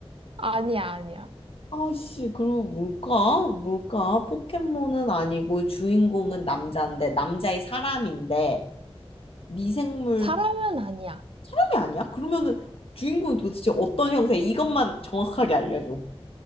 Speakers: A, on the right (about 60°); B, on the left (about 65°).
A: 아니야, 아니야.
B: 아씨, 그럼 뭘까? 뭘까? 포켓몬은 아니고 주인공은 남자인데 남자의 사람인데 미생물
A: 사람은 아니야.
B: 사람이 아니야? 그러면은 주인공이 도대체 어떤 형태? 이것만 정확하게 알려줘.